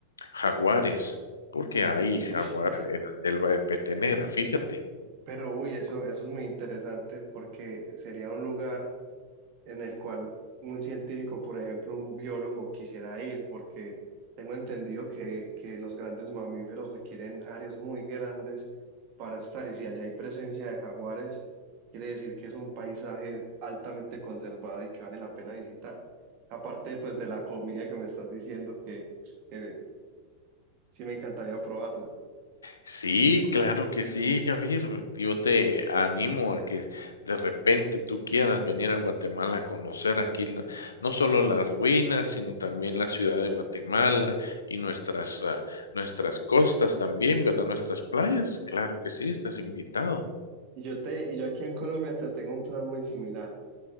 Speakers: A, on the left; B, on the right.
A: jaguares, porque hay jaguar
B: Uy, <laughs>
A: en la selva de Petenera, fíjate.
B: pero uy, eso, eso es muy interesante porque sería un lugar en el cual un científico, por ejemplo, un biólogo quisiera ir, porque tengo entendido que, que los grandes mamíferos requieren áreas muy grandes para estar, y si allá hay presencia de jaguares, quiere decir que es un paisaje altamente conservado y que vale la pena visitar. Aparte, pues, de la comida que me estás diciendo, que, que sí me encantaría probarla.
A: Sí, claro que sí, Javier. Yo te animo a que de repente tú quieras venir a Guatemala a conocer aquí no, no solo las ruinas, sino también la ciudad de Guatemala y nuestras, ah, nuestras costas también, ¿verdad? Nuestras playas. Claro que sí, estás invitado.
B: Y yo te, y yo aquí en Colombia te tengo un plan muy similar,